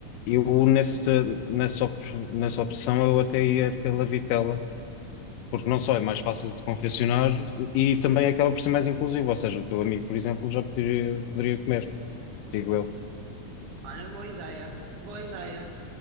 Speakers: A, on the left (about 85°); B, on the right (about 75°).
A: Eu nessa, nessa, op- nessa opção eu até ia pela vitela, porque não só é mais fácil de confeccionar e também acaba por ser mais inclusivo, ou seja, o teu amigo, por exemplo, já poderia, poderia comer, digo eu.
B: Olha, boa ideia. Boa ideia.